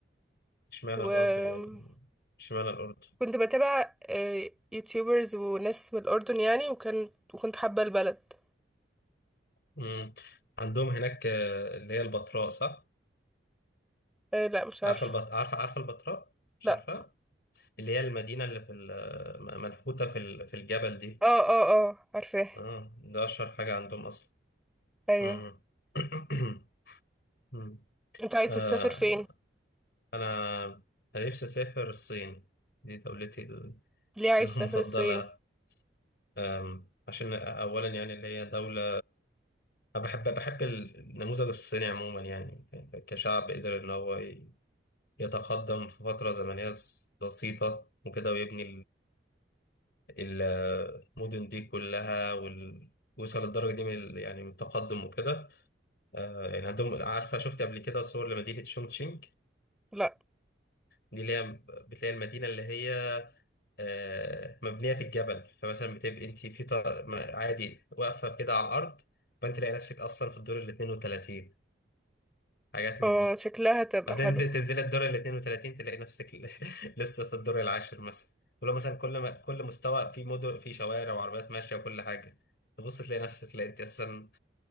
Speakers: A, on the left (about 55°); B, in the centre.
A: اشمعنى
B: وكنت
A: الأردن يعني؟ اشمعنى الأردن؟
B: بتابع آه، يوتيوبرز وناس من الأردن يعني وكان وكنت حابة البلد
A: مم. عندهم هناك آه، اللي هي البتراء صح؟
B: آه، لا مش عارفة
A: عارفه البط... عارفه عارفه البتراء مش
B: لا
A: عارفه اللي هي المدينه اللي في ال... م- منحوته في ال... في الجبل دي
B: اه اه اه عارفاه
A: اه ده اشهر حاجه عندهم اصلا
B: ايوه
A: مم. <coughs> <clears throat> مم.
B: انت عايز
A: آه
B: تسافر فين
A: انا انا نفسي اسافر الصين دي دولتي ال-
B: ليه عايز
A: <laughs> المفضله
B: تسافر الصين
A: آم، عشان اولا يعني اللي هي دوله أنا بحب بحب النموذج الصيني عموما يعني ك- كشعب قدر ان هو ي- يتقدم في فتره زمنيه بسيطه وكده ويبني المدن دي كلها وال... وصل الدرجة دي من ال- يعني من التقدم وكده آه يعني عندهم عارفة شفت قبل كده صور لمدينة شونغشينج
B: لا
A: دي اللي هي بتلاقي المدينة اللي هي آه مبنية في الجبل فمثلا بتبقي انت في ط... عادي واقفة كده على الأرض فانت تلاقي نفسك أصلا في الدور ال 32 حاجات من
B: اه
A: دي
B: شكلها تبقى
A: هتنزل
B: حلو
A: تنزل الدور ال 32 تلاقي نفسك ل- <laughs> لسه في الدور العاشر مثلا ولو مثلا كل ما كل مستوى في مدن في شوارع وعربيات ماشيه وكل حاجه تبص تلاقي نفسك لا انت اساسا